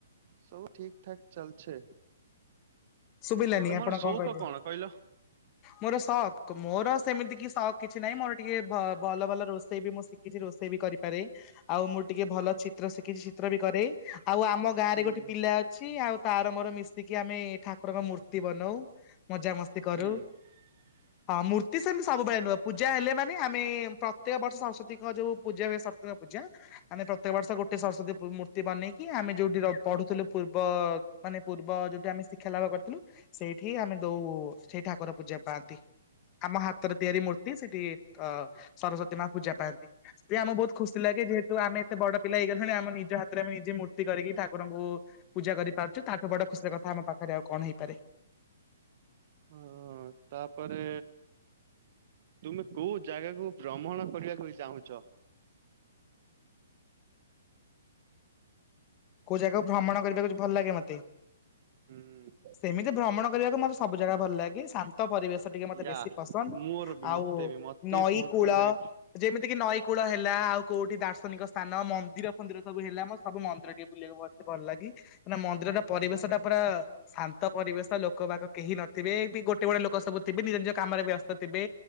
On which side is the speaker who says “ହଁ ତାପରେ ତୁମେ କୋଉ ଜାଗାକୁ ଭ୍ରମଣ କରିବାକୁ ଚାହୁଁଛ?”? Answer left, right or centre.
Right